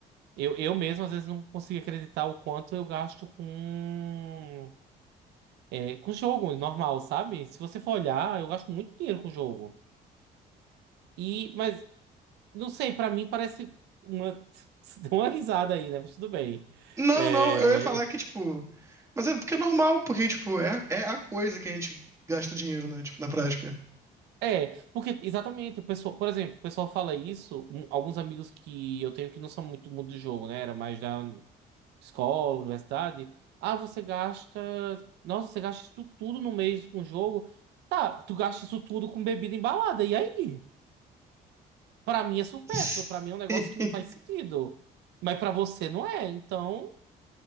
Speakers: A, on the right; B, on the right.
A: Eu, eu mesmo, às vezes, não consigo acreditar o quanto eu gasto com é, com jogo normal, sabe? Se você for olhar, eu gasto muito dinheiro com jogo. E, mas, não sei, pra mim parece uma. <laughs> Você deu uma risada aí, né? Mas tudo bem.
B: Não,
A: É,
B: não, eu ia falar que, tipo. Mas é porque é normal, porque, tipo, é, é a coisa que a gente gasta dinheiro, né? Tipo, na prática.
A: é, porque exatamente, o pessoal, por exemplo, o pessoal fala isso, um- alguns amigos que eu tenho que não são muito do mundo do jogo, né? Era mais da escola, universidade. Ah, você gasta. Nossa, você gasta isso tudo no mês com jogo. Tá, tu gasta isso tudo com bebida embalada, e aí? Pra mim é supérfluo,
B: <laughs>
A: pra mim é um negócio que não faz sentido. Mas pra você não é, então,